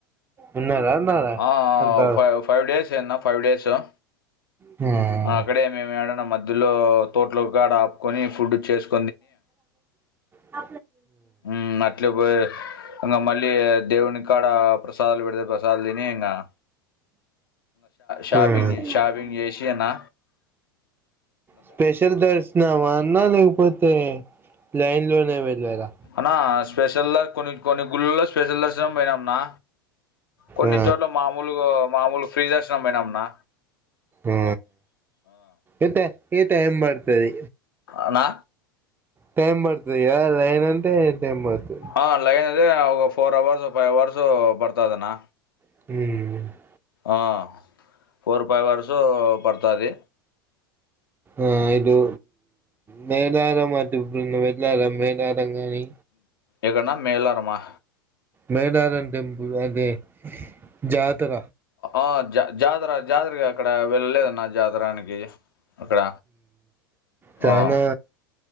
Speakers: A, on the right; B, on the left.
A: ఉన్నరా అన్నా ఆడ
B: ఆ ఆ!
A: అంత
B: ఫైవ్ ఫైవ్ డేస్ అన్న ఫైవ్ డేస్ ఆ!
A: ఆ
B: అక్కడే మేము ఏడన్నా మధ్యలో తోటల కాడ ఆపుకొని ఫుడ్ చేసుకు
A: ఆ
B: మ్మ్ అట్లే పోయి ఇంగ మళ్ళీ దేవుని కాడ ప్రసాదాలు పెడతా ప్రసాదాలు తిని ఇం గా షాపింగ్
A: ఆ ఆ.
B: షాపింగ్ చేసినా
A: స్పెషల్ దర్శనమా అన్నా లేకపోతే లైన్ లోనే వెళ్ళారా?
B: అన్నా స్పెషల్లా కొన్నికొన్ని గుళ్ళల్ల స్పెషల్ దర్శనం పోయినన్నా. కొన్ని
A: ఆ
B: చోట్లా మామూలుగా మామూలు ఫ్రీ దర్శనం పోయినన్నా.
A: ఆ ఇతే ఇతే టైం బడుతది.
B: అవునా.
A: టైం పడతదిగా లైన్ అంటే టైమ్ పడుతది.
B: ఆ లైన్ అదే ఒక ఫోర్ అవర్స్ ఫైవ్ అవర్సు పడతాదన్నా.
A: ఉమ్
B: ఆ ఫోర్ ఫైవ్ అవర్సు పడతాది.
A: ఆ ఇటు మేడారం అటేప్పుడన్నా వెళ్ళారా మేడారం కానీ.
B: ఎటన్నా మేలారమా.
A: మేడారం టెంపుల్ అంటే జాతర
B: ఆ జా జాతర జాతరగా అక్కడ వెళ్ళలేదన్న జాతరానికి. అక్కడ
A: చానా
B: ఆ